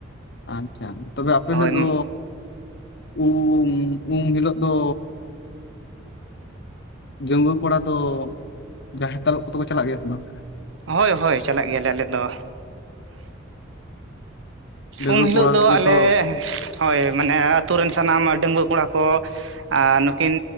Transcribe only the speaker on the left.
ᱟᱪᱪᱷᱟ ᱛᱚᱵᱮ ᱟᱯᱮ
ᱥᱮᱫ ᱫᱚ ᱩᱢ ᱩᱢ ᱦᱤᱞᱳ ᱫᱚ ᱰᱟᱺᱜᱽᱣᱟᱹ ᱠᱚᱲᱟ ᱫᱚ ᱡᱟᱦᱮᱨ ᱫᱟᱞᱚᱵ ᱠᱚᱫᱚ ᱠᱚ ᱪᱟᱞᱟᱜ ᱜᱮᱭᱟ ᱥᱮ ᱵᱟᱝ?
ᱰᱟᱺᱜᱩᱣᱟᱹ
ᱠᱚᱲᱟ
ᱠᱚᱜᱮ
ᱛᱚ